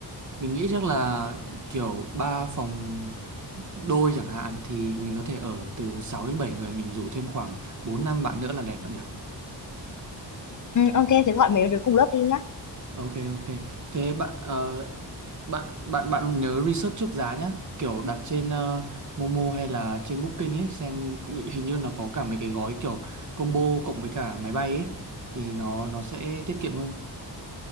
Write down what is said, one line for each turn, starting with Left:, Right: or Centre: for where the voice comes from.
Right: mình nghĩ chắc là kiểu ba phòng đôi chẳng hạn thì mình có thể ở từ 6 đến 7 người mình rủ thêm khoảng 4 5 bạn nữa là đẹp bạn nhỉ
Left: Ừ, ok thế gọi mấy đứa cùng lớp đi nhá
Right: ok ok thế bạn ờ, bạn bạn bạn nhớ research trước giá nhá kiểu đặt trên ờ, Momo hay là trên Booking ấy xem hình như nó có cả mấy cái gói kiểu combo cộng với cả máy bay ấy thì nó nó sẽ tiết kiệm hơn